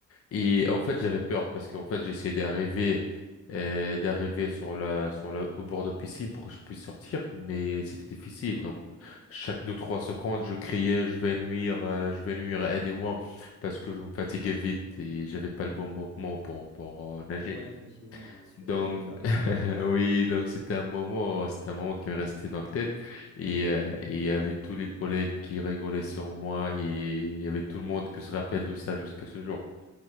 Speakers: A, on the left; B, on the left.
A: Et en fait, j'avais peur parce qu'en fait, j'essayais d'arriver euh, d'arriver sur la sur la au bord de piscine pour que je puisse sortir, mais c'était difficile.
B: Ouais.
A: Donc, chaque deux trois secondes, je criais, je vais nuire, euh, je vais nuire, aidez-moi, parce que je me fatiguais vite et j'avais pas le bon mouvement pour pour euh, nager.
B: Ouais, effectivement. Surtout
A: Donc
B: avec la peur.
A: <laughs>
B: hein.
A: oui, donc c'était un moment, c'était un moment qui me restait dans la tête et euh, et il y avait tous les collègues qui rigolaient sur moi et il y avait tout le monde qui se rappelle de ça jusqu'à ce jour.